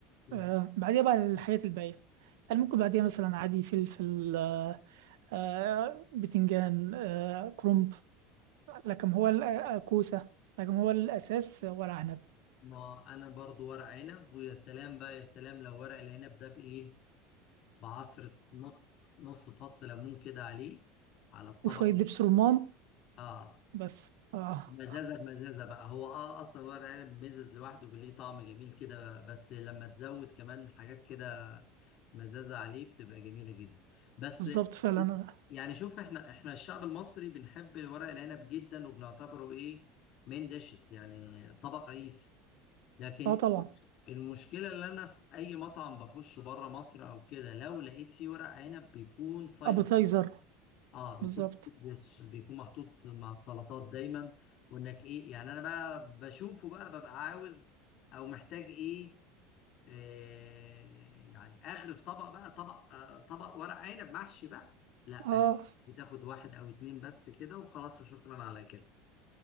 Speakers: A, on the left; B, on the right.
A: مم.
B: آه. بعديها بقى الحاجات الباقيه يعني ممكن بعديها مثلا عادي فلفل آه. آه. بتنجان آه. كرنب لكن هو ال- آه، كوسه لكن هو الاساس ورق عنب
A: ما انا برضو ورق عنب ويا سلام بقى يا سلام لو ورق العنب ده بايه بعصرة نص نص فص ليمون كده عليه على الطبق
B: وشوية دبس رمان
A: اه
B: بس اه
A: مزازة بمزازة بقى هو اه اصلا ورق عنب مزز لوحده ليه طعم جميل كده بس لما تزود كمان حاجات كده مزازة عليه بتبقى جميلة جدا بس
B: بالظبط فعلا أنا-
A: يعني شوف احنا احنا الشعب المصري بنحب ورق العنب جدا وبنعتبره ايه مين ديشز يعني طبق رئيسي لكن
B: اه طبعا
A: المشكلة اللي انا في اي مطعم بخش بره مصر او كده لو لقيت فيه ورق عنب بيكون سايد
B: ابيتايزر
A: اه
B: بالظبط
A: بيكون محطوط- دش، بيكون محطوط مع السلطات دايما وانك ايه يعني انا بقى بشوفه بقى ببقى عاوز او محتاج ايه آه يعني اغرف طبق بقى طبق آه طبق ورق عنب محشي بقى لا
B: اه
A: بس بتاخد واحد او اتنين بس كده وخلاص وشكرا على كده